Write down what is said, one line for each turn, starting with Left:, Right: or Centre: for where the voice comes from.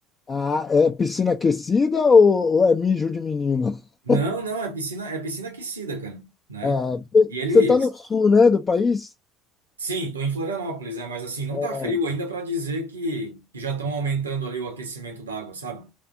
Left: Ah, é piscina aquecida ou, ou é mijo de menino?
Right: Não,
Left: <laughs>
Right: não, é piscina, é piscina aquecida, cara, né?
Left: Ah,
Right: E eles,
Left: você está no sul, né, do país?
Right: sim, tô em Florianópolis, né? Mas assim, não
Left: É.
Right: tá frio ainda para dizer que, que já estão aumentando ali o aquecimento da água, sabe?